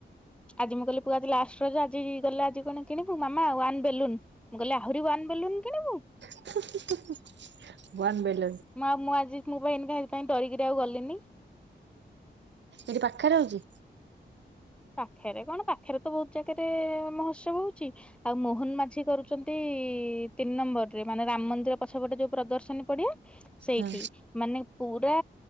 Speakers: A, in the centre; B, on the right.
A: ଆଜି ମୁଁ କହିଲି ପୁଅ ଆଜି ଲାଷ୍ଟ ରଜ ଆଜି ଗଲେ ଆଜି କଣ କିଣିବୁ ମାମା ୱାନ୍ ବେଲୁନ ମୁଁ କହିଲି ଆହୁରି ୱାନ୍ ବେଲୁନ କିଣିବୁ?
B: <inaudible> ୱାନ୍ ବେଲୁନ୍
A: ମା ମୁଁ ଆଜି ମୁଁ କହିନି କାଇଁ ଡରିକିରି ଆଉ ଗଲିନି
B: ଏଠି ପାଖରେ ହଉଚି
A: ପାଖରେ କଣ ପାଖରେ ତ ବହୁତ ଜାଗାରେ ମହୋତ୍ସବ ହଉଛି। ଆଉ ମୋହନ ମାଝି କରୁଛନ୍ତି ତିନି ନମ୍ବର ରେ ମାନେ ରାମ ମନ୍ଦିର ପଛପଟେ ଯୋଉ ପ୍ରଦର୍ଶନୀ ପଡିଆ ସେଇଠି
B: ହଁ
A: ମାନେ ପୁରା